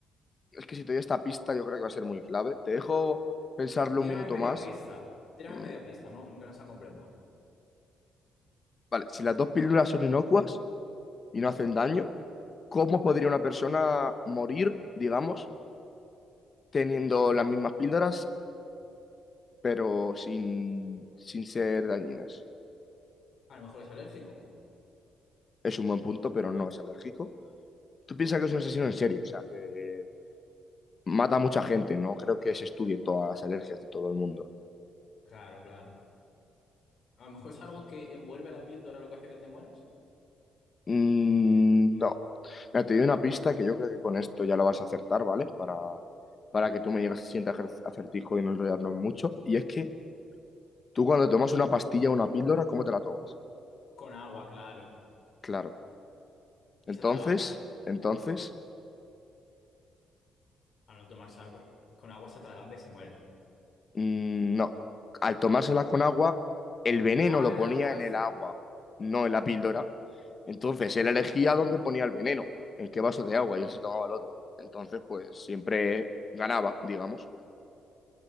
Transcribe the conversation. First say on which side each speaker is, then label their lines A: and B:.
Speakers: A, on the left; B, on the left.
A: es que si te doy esta pista yo creo que va a ser muy clave. Te dejo pensarlo
B: Tírame
A: un minuto
B: media
A: más.
B: pista. Tírame
A: Mm,
B: media pista, ¿no? Que no está completa.
A: vale, si las dos píldoras son inocuas y no hacen daño, ¿cómo podría una persona morir, digamos, teniendo las mismas píldoras? pero sin, sin ser dañinas.
B: A lo mejor es alérgico.
A: Es un buen punto, pero no es alérgico. Tú piensas que es un asesino en serio, o sea, que mata a mucha gente, no creo que se estudie todas las alergias de todo el mundo.
B: Claro, claro. A lo mejor es algo que envuelve a la píldora lo que hace que te mueras.
A: Mm, no. Mira, te doy una pista que yo creo que con esto ya lo vas a acertar, ¿vale? Para, para que tú me digas si sientes ajer- acertijo y no enredarnos mucho. Y es que tú cuando tomas una pastilla o una píldora, ¿cómo te la tomas?
B: Con agua, claro.
A: Claro.
B: Y
A: Entonces,
B: se atraganta.
A: entonces,
B: Al no tomarse algo, con agua se atraganta y se muere.
A: Mm, No, al tomársela con agua, el veneno
B: Ah,
A: lo
B: el
A: ponía
B: aguas.
A: en el agua, no en la píldora. Entonces, él
B: Claro.
A: elegía dónde ponía el veneno, en qué vaso de agua, y él se tomaba el otro. Entonces, pues siempre ganaba, digamos.